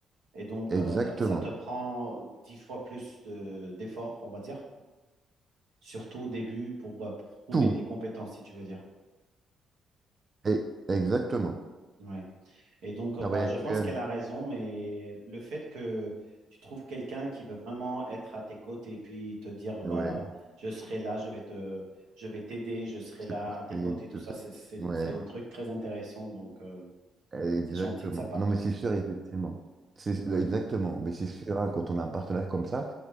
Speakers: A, on the right (about 85°); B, on the right (about 35°).
A: Et donc,
B: Exactement.
A: euh, ça te prend dix fois plus de, d'efforts, on va dire. surtout au début pour euh, prouver
B: Tout,
A: tes compétences, si tu veux dire.
B: Et, exactement.
A: Ouais. Et donc, euh,
B: Travail
A: bah,
B: actuel.
A: je pense qu'elle a raison, mais le fait que tu trouves quelqu'un qui veut vraiment être à tes côtés et puis te dire,
B: Ouais.
A: bah, je serai là, je vais te, je vais t'aider, je serai
B: Supporter
A: là à tes côtés et tout
B: tout
A: ça,
B: ça.
A: c'est, c'est-
B: Ouais.
A: c'est un truc très intéressant. Donc, euh,
B: Exactement.
A: c'est gentil de sa part.
B: Non, mais c'est sûr, effectivement. C'est
A: Ouais.
B: euh, exactement. Mais c'est sûr, hein, quand on a un partenaire comme ça,